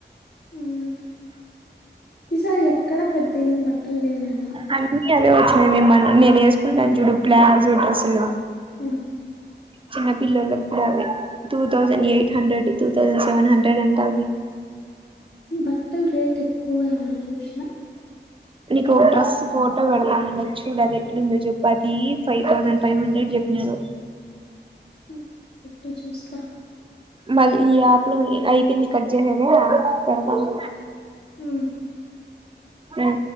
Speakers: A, on the left; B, on the right.
A: హ్మ్ ఈసారి ఎక్కడ పెద్ద ఏం బట్ పల్లే దా
B: అవు అవే వచ్చినయి మే మళ్ల నేను వేసుకుంటాను జూడు ప్లాజ్ డ్రస్సులు
A: ఆ
B: చిన్న పిల్లలక్గూడ అవే two thousand eight hundred, two thousand seven hundred అంట అవి.
A: బట్టల్ రేటె క్కువ యాడు జూసిన
B: నీకు ఓ డ్రెస్ ఫోటో వెడతాను నచ్చింద అది ఎట్లుందో జెప్పు, అది ఫైవ్ థౌజండ్ ఫైవ్ హండ్రెడ్ జెప్పినారు.
A: హ్మ్ పెట్టు చూస్తా
B: మళ్లీ ఈ యాప్‌లో అయిపోయింది కట్ జేసేదా పడుకున్
A: ఉమ్.
B: ఆ